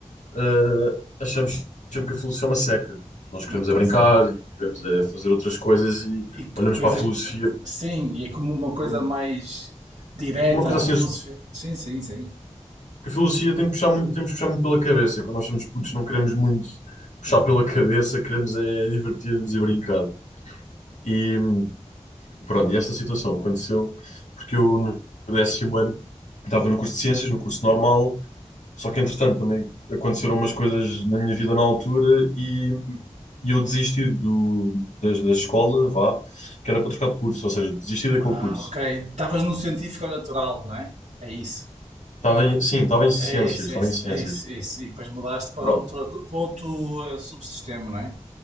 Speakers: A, on the left; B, on the right.
A: eh, achamos sempre que a filosofia é uma seca. Nós queremos
B: Hum, Pois
A: é brincar
B: é.
A: e queremos
B: Yeah.
A: é fazer outras coisas e
B: E,
A: olhamos
B: e coisas.
A: para a filosofia
B: Sim, e é como uma coisa
A: como
B: mais direta,
A: uma coisa assim.
B: filosofia. Sim, sim, sim.
A: A filosofia tem que puxar muito, temos que puxar muito pela cabeça. Quando nós somos putos, não queremos muito puxar
B: Pois
A: pela
B: é.
A: cabeça, queremos é divertir-nos e brincar. E Pronto, e esta situação aconteceu porque eu no décimo ano estava no curso de ciências, no curso normal, só que entretanto também aconteceram umas coisas na minha vida na altura e, e eu desisti do, da, da escola, vá, que era para trocar de curso, ou seja, desisti daquele
B: Ah,
A: curso.
B: ok. Estavas no científico ou natural, não é? É isso.
A: Estava em, sim, estava em ciências,
B: É isso,
A: estava
B: é isso,
A: em ciências.
B: é isso, é isso. E depois mudaste para
A: Pronto,
B: outro, para outro eh, subsistema, não é?